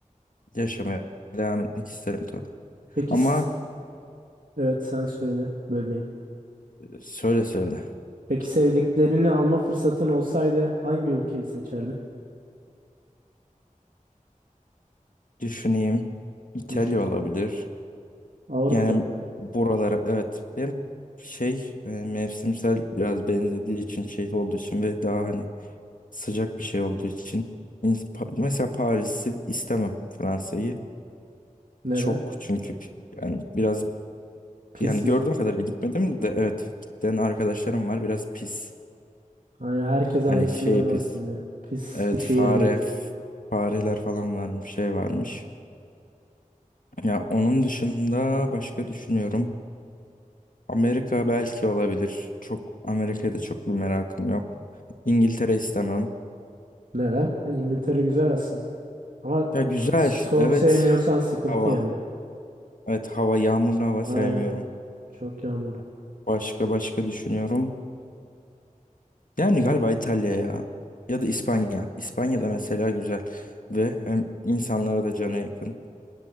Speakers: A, on the left; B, on the right.
A: yaşamaya devam etmek isterim tabii.
B: Peki,
A: Ama
B: s- evet sen söyle, bölmeyeyim.
A: e, söyle söyle.
B: Peki sevdiklerini alma fırsatın olsaydı hangi ülkeyi seçerdin?
A: Düşüneyim. İtalya
B: Düşün.
A: olabilir.
B: Avrupa
A: Yani
B: yani.
A: buralara evet. Hem şey e, mevsimsel biraz benzediği için şey olduğu için ve daha hani sıcak bir şey olduğu için İns- Pa- mesela Paris'i istemem Fransa'yı
B: Neden?
A: çok çünkü p- yani biraz
B: Pis
A: yani
B: mi?
A: gördüğüm kadarıyla gitmedim de evet giden arkadaşlarım var biraz pis
B: Yani herkes aynısından
A: hani şey
B: bahsediyor.
A: pis
B: Pis
A: evet
B: bir şehir
A: fare
B: değil.
A: f- fareler falan varmış şey varmış ya onun dışında başka düşünüyorum Amerika belki olabilir çok Amerika'ya da çok bir merakım yok İngiltere istemem
B: Neden? İngiltere güzel aslında. Ama
A: ya güzel
B: soğuk
A: evet
B: sevmiyorsan sıkıntı
A: hava
B: ya.
A: evet hava yağmurlu hava
B: Aynen.
A: sevmiyorum
B: Çok yağmurlu.
A: Başka başka düşünüyorum. Yani galiba İtalya ya. Ya da İspanya. İspanya'da mesela güzel. Ve hem insanlara da cana yakın.